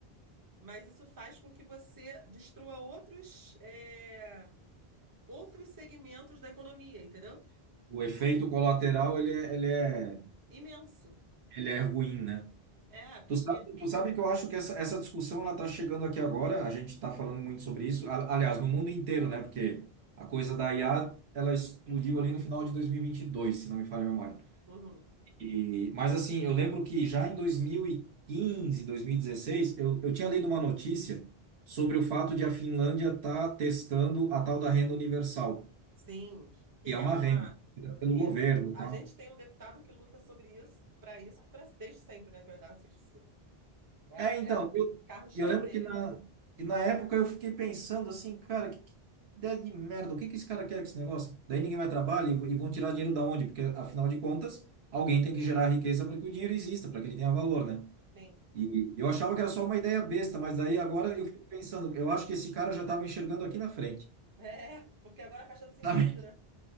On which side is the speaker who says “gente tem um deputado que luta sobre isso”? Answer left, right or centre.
Right